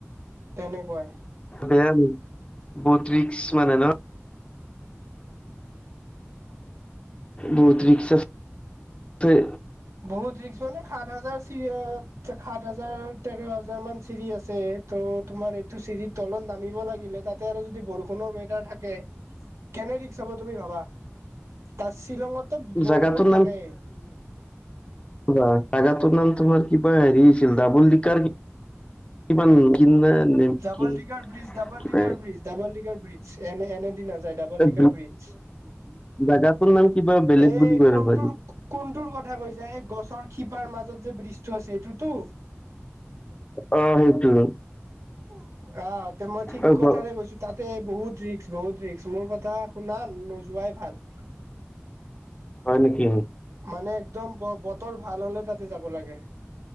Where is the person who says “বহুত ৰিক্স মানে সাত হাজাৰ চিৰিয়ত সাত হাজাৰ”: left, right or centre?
Right